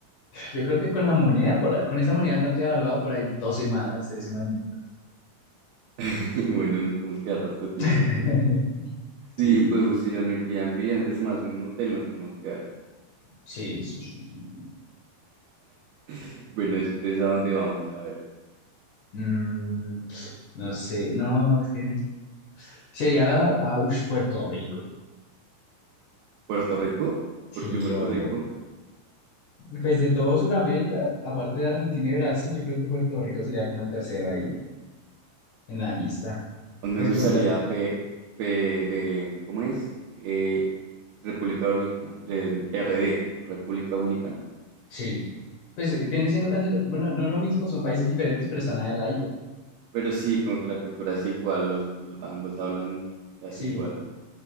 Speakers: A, on the left; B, on the right.
A: Yo creo que con la moneda, por, ahí- con esa moneda tan devaluada, por ahí dos semanas, tres semanitas.
B: <laughs> Bueno, nos podemos quedar harto tiempo
A: <laughs>
B: entonces.
A: Sí,
B: Sí, podemos ir a un Airbnb, es más, en un hotel nos podemos quedar.
A: sí, sí, sí, sí.
B: <laughs> Bueno, después, ¿a dónde vamos? A ver,
A: Mm, no sé, no, es que sería a Puerto Rico.
B: ¿Puerto Rico?
A: Sí,
B: ¿Por qué Puerto
A: o
B: Rico?
A: pues de todo Sudamérica, aparte de Argentina y Brasil, yo creo que Puerto Rico sería como el tercero ahí en la lista.
B: Me
A: Pues
B: gustaría
A: Puerto,
B: P, P de, ¿cómo es? Eh, República Dominicana, de- RD, República Dominicana.
A: sí. Pues viene siendo casi lo- bueno, no es lo mismo, son países diferentes, pero están ahí al lado.
B: Pero sí, como que la cultura es igual, los, ambos hablan casi
A: Sí,
B: igual.